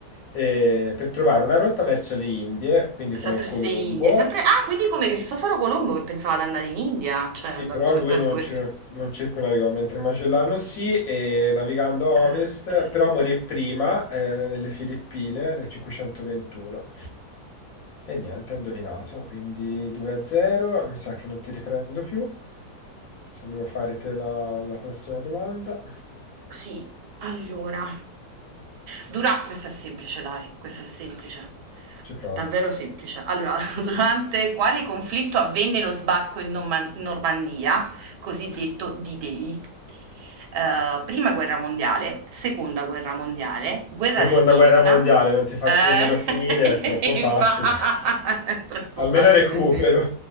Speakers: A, on the left (about 60°); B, on the right (about 80°).
A: eh, per trovare una rotta verso le Indie, quindi come
B: Sempre
A: Colombo,
B: se Indie, sempre... Ah, quindi come Cristoforo Colombo che pensava di andare in India, cioè
A: Sì,
B: andando
A: però lui
B: e poi
A: non,
B: ha scoperto...
A: cir- non circumnavigò, mentre Magellano sì, e navigando a
B: Ah,
A: ovest,
B: ok.
A: però morì prima eh, nelle Filippine nel 521. E niente, ha indovinato, quindi 2 a 0, mi sa che non ti riprendo più. Se mi vuoi fare te la, la prossima domanda,
B: Sì, allora, dura questa è semplice dai, questa è semplice,
A: ci provo.
B: davvero semplice. Allora, <laughs> durante quale conflitto avvenne lo sbarco in Norma- Normandia, cosiddetto D-Day? Eh, prima guerra mondiale, seconda guerra mondiale, guerra
A: Seconda
B: del Vietnam.
A: guerra mondiale, non ti faccio
B: Eh,
A: nemmeno finire, è troppo
B: <laughs>
A: facile.
B: infa- è troppo
A: <laughs> Almeno
B: facile,
A: recupero.
B: sì.